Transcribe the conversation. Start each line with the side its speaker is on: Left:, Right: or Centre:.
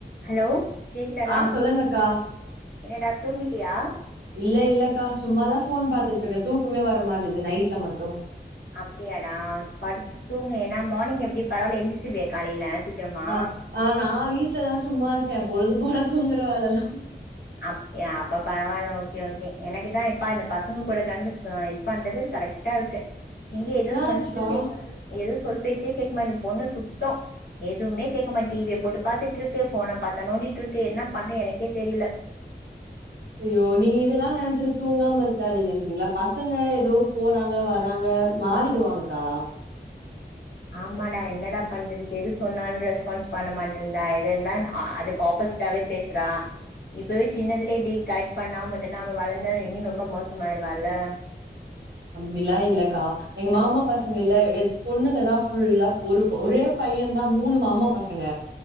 Left: Hello கேக்குதடா
Right: ஆ சொல்லுங்கக்கா
Left: என்னடா தூங்கிட்டியா
Right: இல்ல இல்லக்கா சும்மாதா ஃபோன் பாத்துட்ருக்கே தூக்கமே வர மாட்டேது நைட்ல மட்டும்
Left: அப்டியாடா படுத்து தூங்கு ஏனா மார்னிங் எப்டி பரவால்லையா எந்திச்சிருவியா காலைல சி க்கிராமா
Right: ஆ ஆ நா வீட்லதா சும்மா இருக்கே பொழுதுபோன தூங்குற வேலதா
Left: அப் அ அப்ப பரவால்ல ஓகே ஓகே எனக்குதா இப்ப இந்த பசங்க கூட கடந்து பண்றது கரெக்டா இருக்கு எங்க ஏதோ
Right: என்னாச்சுக்கா
Left: சொன்ன ச்சே எதுவும் சொல் பேச்சே கேட்மாட்து பொண்ணு சுத்தோ எதுவுமே கேட்க மாட்டிது டிவிய போட்டு பாத்துட்ருக்கு ஃபோன பத்தா நோண்டிட்ருக்கு என்ன பண்ணே எனக்கே தெரில
Right: ஐயோ நீங்க இதெல்லா நெனச்சின்னு தூங்காம இருக்காதீங்க செரிங்களா பசங்க ஏதோ போறாங்க வராங்க மாறிடுவாங்கக்கா
Left: ஆமாடா என்னடா பண்றதுக்கு எது சொன்னாலும் ரெஸ்பான்ஸ் பண்ண மாட்டன்ரா எத இருந்தா அ அதுக்கு ஆப்போசிட் டவே பேசுறா இப்பவே‌ சின்னதுலே இப்டி கரெக்ட் பண்ணாமா விட்டான அவ வளந்தாலும் இன்னும் ரொம்ப மோசமாயிருவாலே
Right: அப்டிலா இல்லக்கா எங்க மாமா பசங்கயில்ல பொண்ணுங்கதா ஃபுல்லா ஒரு ஒரே பையன்தா மூணு மாமா பசங்க